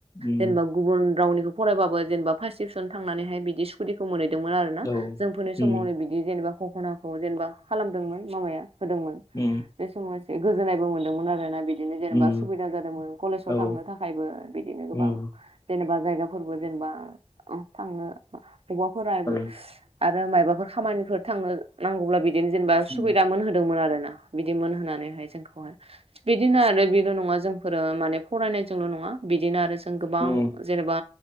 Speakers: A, on the left; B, on the right.
A: उम
B: जेनेबा गुबुन रावनिखौ फरायबाबो जेनेबा फार्स् डिभिसन थांनानैहाय बिदि दिखौ मोनहैदोंमोन आरो ना
A: औ उम
B: जोंफोरनि समावनो बि बिदि जेनेबा खखनाखौ जेनेबा खालामदोंमोन मामाया होदोंमोन
A: ओ
B: बे समाव एसे गोजोननायबो मोन्दोंमोन आरो ना बिदि बिदिनो जेनेबा
A: उम
B: सुबिदा जादोंमोन कलेजाव
A: औ
B: थांनो थाखायबो बिदिनो गोबां
A: उम
B: जेनेबा जायगाफोरबो जेनेबा थांनो बबाफोरो
A: आरो
B: आरो मायबाफोर खामानिफोर थांनो नांगौब्ला बिदिनो जेनेबा
A: उम
B: सुबिदा मोनहोदोंमोन आरो ना बिदि मोनहानैहाय जोंखौहाय बिदिनो आरो बेल' नङा जोंफोरो माने फरायनायजोंल' नङा बिदिनो आरो जों गोबां
A: उम
B: जेनेबा